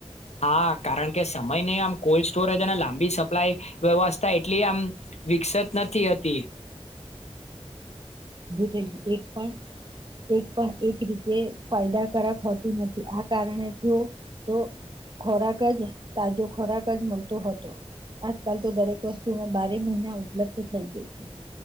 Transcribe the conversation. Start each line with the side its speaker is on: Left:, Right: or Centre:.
Left: હા કારણ કે સમય ન આમ કોલ્ડ સ્ટોરેજ અને લાંબી સપ્લાય વ્યવસ્થા એટલી આમ વિકસત નથી હતી.
Right: થ એક પણ એક પણ એક રીતે ફાયદાકારક હોતું નથી આ કારણે તે તો ખોરાક જ તાજો ખોરાક જ મળતો હતો આજકાલ તો દરેક વસ્તુમાં બારે મહિના ઉપલબ્ધ થઈ ગઈ હતી.